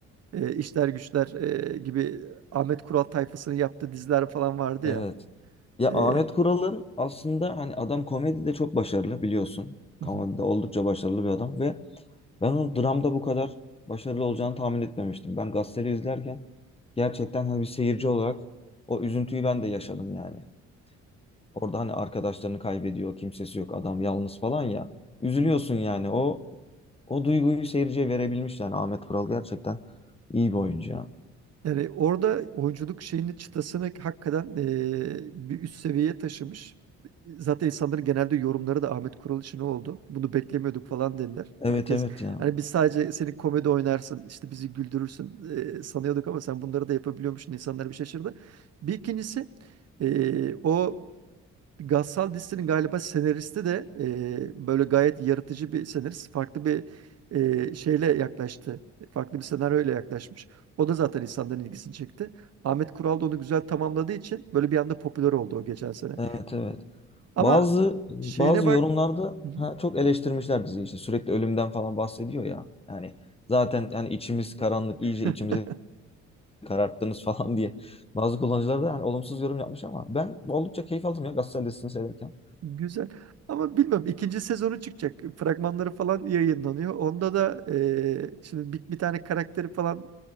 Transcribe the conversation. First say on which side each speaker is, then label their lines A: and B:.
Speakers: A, on the right; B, on the left.
A: e, İşler Güçler e, gibi Ahmet Kural tayfasının yaptığı diziler falan vardı
B: Evet.
A: ya.
B: Ya Ahmet
A: E,
B: Kural'ın aslında hani adam komedide çok başarılı biliyorsun.
A: hı
B: Komedide
A: hı,
B: oldukça başarılı bir adam ve ben onun dramda bu kadar başarılı olacağını tahmin etmemiştim. Ben gazeteli izlerken gerçekten hani bir seyirci olarak o üzüntüyü ben de yaşadım yani. Orada hani arkadaşlarını kaybediyor, kimsesi yok, adam yalnız falan ya. Üzülüyorsun
A: hı hı.
B: yani. O o duyguyu seyirciye verebilmiş yani Ahmet Kural gerçekten iyi bir oyuncu ya.
A: Yani orada oyunculuk şeyini çıtasını hakikaten eee, bir üst seviyeye taşımış. Zaten insanların genelde yorumları da Ahmet Kural için oldu. Bunu beklemiyorduk falan dediler.
B: Evet
A: Herkes
B: evet ya.
A: hani biz sadece seni komedi oynarsın, işte bizi güldürürsün eee, sanıyorduk ama sen bunları da yapabiliyormuşsun. İnsanlar bir şaşırdı. Bir ikincisi eee, o Gassal dizisinin galiba senaristi de e, böyle gayet yaratıcı bir senarist. Farklı bir e, şeyle yaklaştı. Farklı bir senaryoyla yaklaşmış. O da zaten insanların ilgisini çekti. Ahmet Kural da onu güzel tamamladığı için böyle bir anda popüler oldu o geçen sene.
B: Evet evet.
A: Ama
B: Bazı bazı
A: şeyine bak...
B: yorumlarda
A: Hı
B: ha, çok eleştirmişler diziyi işte sürekli ölümden falan bahsediyor ya. Yani zaten yani içimiz karanlık iyice
A: hı.
B: içimizi kararttınız <laughs> falan diye. Bazı kullanıcılar da hani olumsuz yorum yapmış ama ben oldukça keyif aldım ya Gazeteli listesini seyrederken.
A: <laughs> Güzel. Ama bilmiyorum ikinci sezonu çıkacak. Fragmanları falan yayınlanıyor. Onda da e, şimdi bir, bir tane karakteri falan